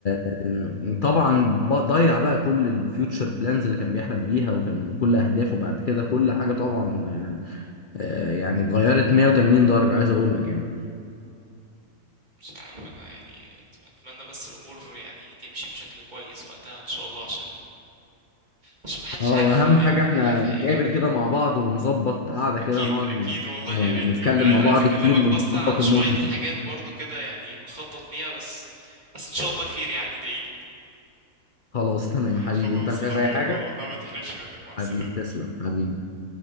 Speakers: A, on the left; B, on the right.
A: آه، طبعا ب- ضيع بقى كل الفيوتشر بلانز اللي كان بيحلم بيها وكان كل اهدافه بعد كده كل حاجه طبعا آه، آه، يعني اتغيرت 180 درجه عايز اقول لك يعني
B: مش عارف انا يعني أت- اتمنى بس الامور يعني تمشي بشكل كويس وقتها ان شاء الله عشان عشان محدش
A: اه
B: عارف
A: واهم
B: ال-
A: حاجة
B: ال-
A: احنا
B: الحياة فيها
A: نتقابل
B: ايه
A: كده مع بعض ونظبط قعدة
B: اكيد
A: كده نقعد
B: اكيد
A: ن-
B: والله
A: ن-
B: يا ريت
A: نتكلم
B: يعني عايز
A: مع
B: عايز
A: بعض
B: اكلمك
A: كتير ونظبط
B: اصلا عن شوية
A: امورنا
B: حاجات برضو كده يعني بخطط ليها بس بس ان شاء الله خير يعني دايلي
A: خلاص تمام حبيبي
B: خلاص
A: انت مش
B: حبيبي
A: عايز اي حاجة
B: يا مروان لا ما تحرمش منك مع السلامة
A: حبيبي تسلم حبيبي